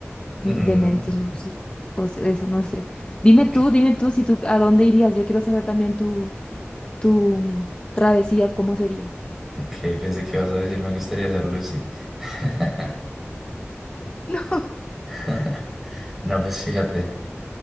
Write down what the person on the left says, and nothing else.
mm,
de mente, sus- sus- o sea, eso, no sé. Dime
tú, dime tú, si tú, ¿a dónde irías? Yo quiero saber también tu, tu mm, travesía, ¿cómo sería?
<laughs>